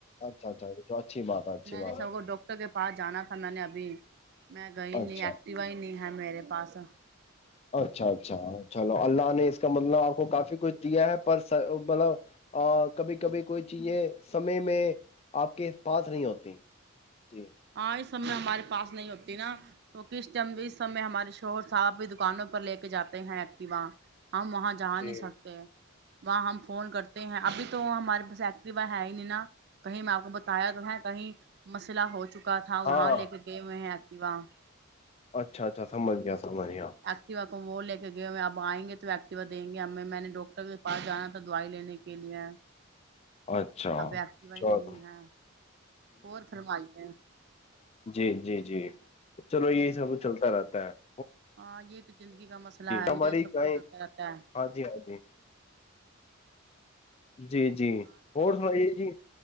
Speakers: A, on the left; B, on the right.
A: اچھا اچھا تو اچھی بات ہے اچھی
B: میں
A: بات
B: نے سب
A: ہے
B: کو ڈاکٹر کے پاس جانا تھا میں نے ابھی میں گئی
A: اچھا
B: نہیں ایکٹیوا ہی نہیں ہے میرے پاس
A: اچھا اچھا چلو اللہ نے اس کا مطلب آپ کو کافی کچھ دیا ہے پر مطلب کبھی کبھی کوئی چیزیں سمے میں آپ کے پاس نہیں ہوتی جی
B: ہاں اس اس سم ہمارے پاس نہیں ہوتی نا تو کس م اس سمے ہمارے شوہر صاحب بھی دکانوں پر لے کے جاتے ہیں ایکٹیوا ہم وہاں جا
A: جی
B: نہیں سکتے وہاں ہم فون کرتے ہیں ابھی تو ہمارے پاس ایکٹیوا ہے ہی نہیں نا کہیں میں آپ کو بتایا تو ہے کہیں مسئلہ ہو چکا کا تھا
A: ہاں
B: وہاں لے کے گئے ہوئے واہ
A: اچھا اچھا سمجھ گیا تومنیا
B: ایکٹیوا وہ لے کے گئے ہوئے اب آئ گے تو ایکٹیوا دیں گے ہمیں میں نے ڈاکٹر کے پاس جانا تھا دوائی لینے کے لیے
A: اچھا
B: ابپسی وائی
A: چلو
B: نہیں
A: ہوں
B: ہے اور فرمائی ہے
A: جی جی جی چلو یہی سب چلتا رہتا ہے تا
B: ہاں یہ تو زندگی کا مسئلہ ہے
A: ہماری
B: یہ سب
A: گائیں
B: کو چلتا رہتا ہے
A: ہاں جی ہاں جی جی جی اور سنائیے جی